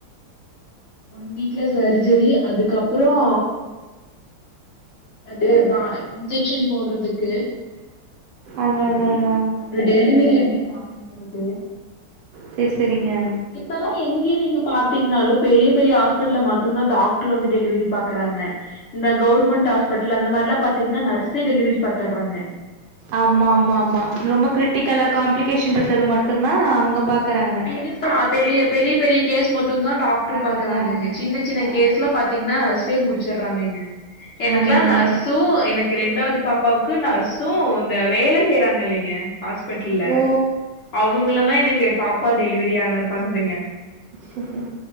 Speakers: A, on the left; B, on the right.
A: ஒன் வீக்ல சர்ஜரி அதுக்கப்பறோ அது பா இன்ஜெக்ஷன் போட்றதுக்கு
B: அததது
A: அப்றோ டெலிவரி எப்டி பாக்னுங்கறது
B: செரி செரிங்க
A: இப்பலா எங்கே நீங்க பாத்தீங்கன்னாலு பெரிய பெரிய ஹாஸ்பிட்டல்ல மட்டுந்தா டாக்ட்ரு வந்து டெலிவரி பாக்குறாங்க இந்த கவர்மெண்ட் ஹாஸ்பிட்டல் அந்த மாரிலா பாத்தீங்கன்னா நர்ஸே டெலிவரி பாத்தர்றாங்க
B: ஆம்மாம்மாம்மா ரொம்ப கிரிட்டிக்கலா காம்ப்ளிகேஷன் இருக்றது மட்டுந்தா அவுங்க பாக்கறாங்
A: பெருசா பெரிய பெரிய பெரிய கேஸ் மட்டுந்தா டாக்டர்
B: ஆ
A: பாக்குறாங்கங்க
B: அதா அதா
A: சின்ன
B: அதா
A: சின்ன கேஸ்லா பாத்தீங்னா நஸ்சே முடிச்சுறாங்கங்க எனக்கெல்லா
B: அதா அதா
A: நஸ்சு என க்கு ரெண்டாவது பாப்பாவுக்கு நர்ஸு இந்த வேல செய்யறாங்க இல்லைங்க ஹாஸ்பிட்டல்ல
B: ஓ
A: அவுங்கள தா எனக்கு பாப்பா டெலிவரியான பண்ணதுங்க
B: சே சேர்